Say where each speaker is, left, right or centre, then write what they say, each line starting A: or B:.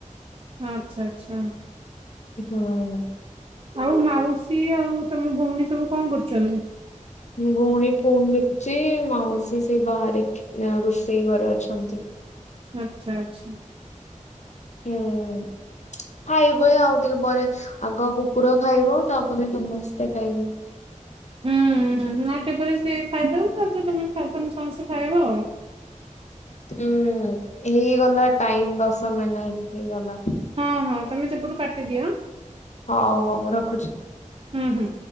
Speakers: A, on the right; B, on the left.
A: ହଁ ଆଚ୍ଛା ଆଚ୍ଛା।
B: ହୁଁ।
A: ଆଉ ମାଉସୀ ଆଉ ତମ ଭଉଣୀ ସବୁ କଣ କରୁଛନ୍ତି?
B: ମୋ ଭଉଣୀ ଫୋନ୍ ଦେଖୁଛି ମାଉସୀ ସେ ବାହାରେ ରୋଷେଇ ଘରେ ଅଛନ୍ତି।
A: ଆଚ୍ଛା ଆଚ୍ଛା।
B: ହୁଁ। ଖାଇବେ ଆଉ ଟିକେ ପରେ ଆଗ କୁକୁର ଖାଇବ ତାପରେ ସମସ୍ତେ ଖାଇବେ।
A: ହୁଁ ଆଉ ଟିକେ ପରେ ସେ ଖା ଖାଇଦଉ ତାପରେ ତମେମାନେ ଚାରି ପାଞ୍ଚ ଜଣ ସମସ୍ତେ ଖାଇବ ଆଉ।
B: ହୁଁ ହେଇଗଲା ଟାଇମ୍ ଦଶ ମିନିଟ୍ ହେଇଗଲା।
A: ହଁ ହଁ ତମେ ସେପଟୁ କାଟି ଦିଅ ହାଁ।
B: ହଉ ହଉ ରଖୁଚି।
A: ହୁଁ ହୁଁ।